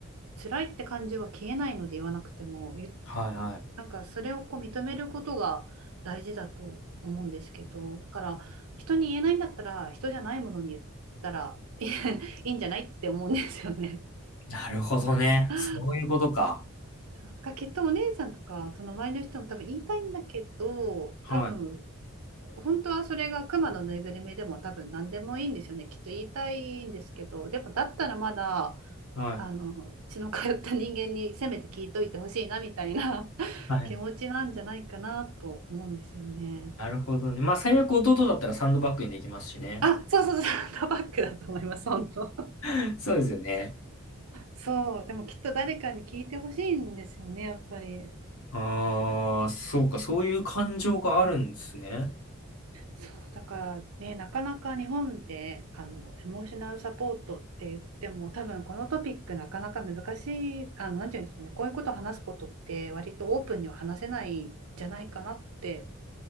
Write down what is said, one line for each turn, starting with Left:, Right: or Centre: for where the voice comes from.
Right: 辛いって感じは消えないので言わなくても、ゆ
Left: あ、はい、はい。
Right: なんかそれをこう認めることが大事だと思うんですけど、だから人に言えないんだったら人じゃないものに言ったらいいいんじゃないって思うんですよね。
Left: なるほどね。
Right: な
Left: そういうことか。
Right: んかきっとお姉さんとかその周りの人も多分言いたいんだけど多分
Left: はい、
Right: 本当はそれがクマのぬいぐるみでも多分何でもいいんですよねきっと言いたいんですけどでもだったらまだ
Left: はい、
Right: あの血の通った人間にせめて聞いといてほしいなみたいな <laughs>
Left: はい。
Right: 気持ちなんじゃないかなと思うんですよね。
Left: なるほどね。まあ、最悪弟だったらサンドバッグにできますしね。
Right: あ、そうそうそう、タバックだと思います、本当。
Left: <laughs> そうですよね。
Right: そう、でもきっと誰かに聞いてほしいんですよね、やっぱり。
Left: ああ、そうか、そういう感情があるんですね。
Right: そうだからね、なかなか日本であのエモーショナルサポートって言っても、多分このトピックなかなか難しい、あの、なんていうんでしょうね、こういうことを話すことって割とオープンには話せないんじゃないかなって